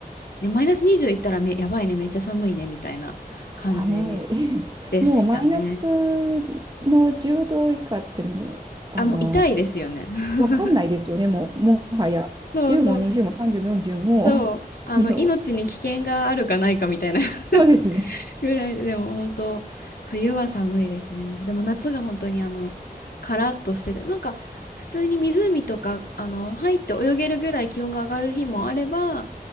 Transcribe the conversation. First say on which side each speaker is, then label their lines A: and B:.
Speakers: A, on the left (about 75°); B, on the right (about 25°).
A: ね、マイナス20いったらめ、やばいね、めっちゃ寒いね、みたいな感じ
B: 寒い。<laughs>
A: でしたね。
B: もうマイナスの10度以下ってもう、あの、
A: あ、もう痛いですよね。<laughs>
B: わかんないですよね、もう、もはや。
A: そうそう、
B: 10も20も30も40も、
A: そう。
B: <laughs> あの、
A: あの、命に危険があるかないかみたいな
B: そうですね。
A: <laughs> ぐらいで、でも本当、冬は寒いですね。でも夏が本当にあの、カラッとしてて、なんか、普通に湖とか、あの、入って泳げるぐらい気温が上がる日もあれば、